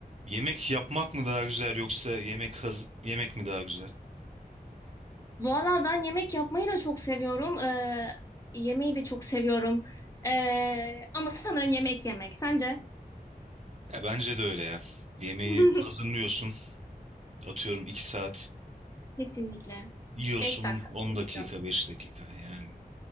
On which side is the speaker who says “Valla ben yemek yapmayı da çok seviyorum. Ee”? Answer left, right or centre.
Left